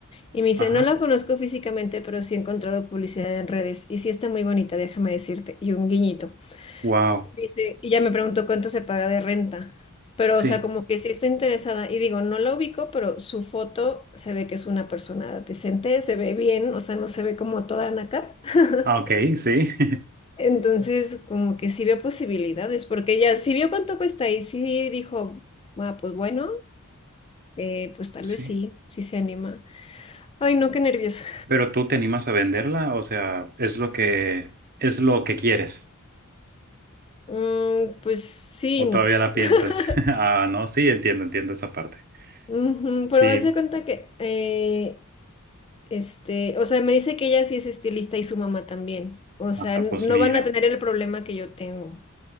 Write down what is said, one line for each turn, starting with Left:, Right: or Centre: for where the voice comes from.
Left: Y me dice,
Right: ajá.
Left: no la conozco físicamente, pero sí he encontrado publicidad en redes y sí está muy bonita, déjame decirte, y un guiñito.
Right: Wow.
Left: Dice, y ya me preguntó cuánto se paga de renta. Pero,
Right: Sí.
Left: o sea, como que sí estoy interesada. Y digo, no la ubico, pero su foto se ve que es una persona decente, se ve bien, o sea, no se ve como toda naca. <laughs>
Right: Ah, ok, sí. <laughs>
Left: Entonces, como que sí veo posibilidades, porque ella sí vio cuánto cuesta y sí dijo, ah, pues bueno, eh, pues tal
Right: Sí.
Left: vez sí, sí se anima. Ay, no, qué nervios.
Right: Pero tú te animas a venderla, o sea, es lo que es lo que quieres.
Left: Mm, pues sí,
Right: ¿O
Left: y no.
Right: todavía la piensas?
Left: <laughs>
Right: <laughs> Ah, no, sí, entiendo, entiendo esa parte.
Left: Ujú,
Right: Sí.
Left: pero haz de cuenta que eh, Este, o sea, me dice que ella sí es estilista y su mamá también. O
Right: Ah,
Left: sea, n-
Right: pues
Left: no
Right: mira.
Left: van a tener el problema que yo tengo.